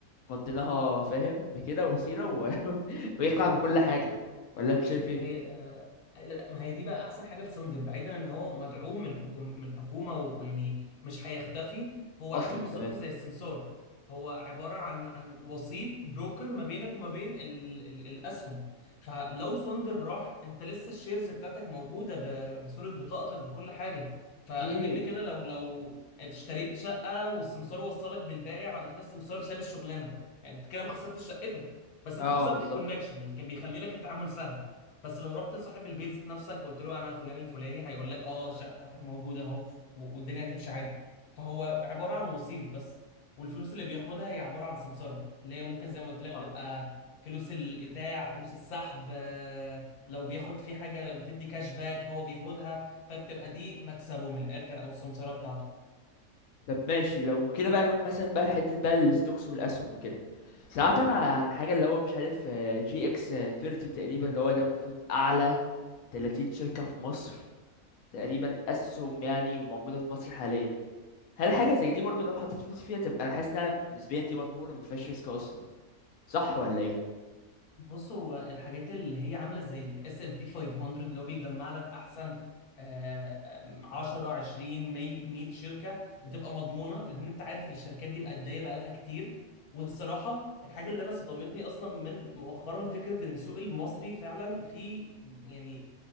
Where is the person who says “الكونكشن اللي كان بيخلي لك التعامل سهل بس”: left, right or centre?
Left